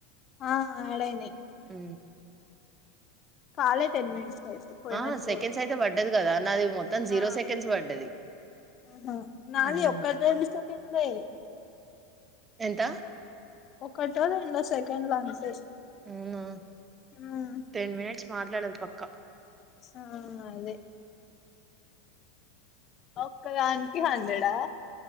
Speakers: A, on the left (about 40°); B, on the right (about 20°).
A: ఆ అడైనాయి
B: హ
A: కాలే టెన్ మినిట్స్ అయితే పోయినట్లేదు
B: ఆ సెకండ్స్ అయితే పడ్డది కదా నాది మొత్తం జీరో
A: ఆ
B: సెకండ్స్ పడ్డది
A: ఆహా నాది
B: హ్మ్.
A: ఒక్కటే మిస్టేక్ తినలే
B: ఎంత
A: ఒకటో రెండో సెకండ్ లో అంతే
B: అవునా
A: హమ్
B: టెన్ మినిట్స్ మాట్లాడదు పక్క
A: ఆ అదే ఒక్కదనికి హండ్రెడ్ ఆ